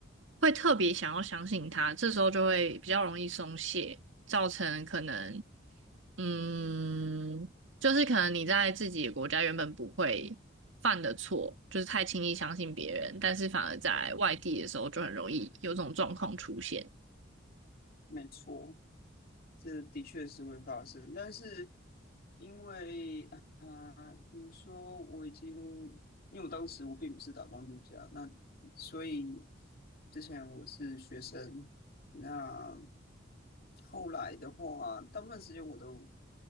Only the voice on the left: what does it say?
没错，这的确是会发生，但是因为啊，比如说我已经，因为我当时我并不是打工度假，那所以之前我是学生，那后来的话，大部分时间我都